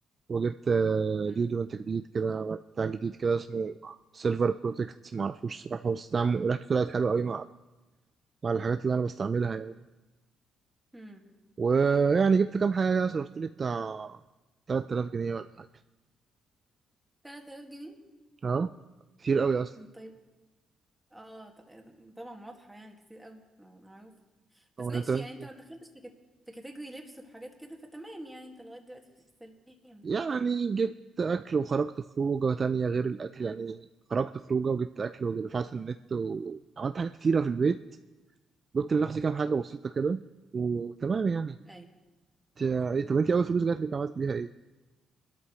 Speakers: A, on the right; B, in the centre.
A: وجبت آه،
B: امم
A: ديودرنت جديد كده بتاع جديد كده اسمه سيلفر بروتكت معرفوش صراحه بس طعمه ريحته طلعت حلوه قوي مع مع الحاجات اللي انا بستعملها يعني
B: امم
A: ويعني جبت كام حاجه كده صرفت لي بتاع 3000 جنيه ولا حاجه
B: 3000 جنيه
A: اه كتير قوي اصلا
B: أم طيب اه ط- طبعا واضحة يعني كتير قوي مع- معروف بس
A: هو
B: ماشي
A: انت انت
B: يعني انت ما دخلتش في كت... في كاتيجوري لبس وحاجات كده فتمام يعني انت لغاية دلوقتي في السليم
A: يعني
B: حلو
A: جبت أكل وخرجت خروجة تانية غير الأكل يعني خرجت خروجة وجبت أكل ودفعت في النت وعملت حاجات كتيرة في البيت جبت لنفسي كام حاجة بسيطة كده وتمام يعني
B: اي
A: انت- إيه، طب أنت أول فلوس جات لك عملت بيها إيه؟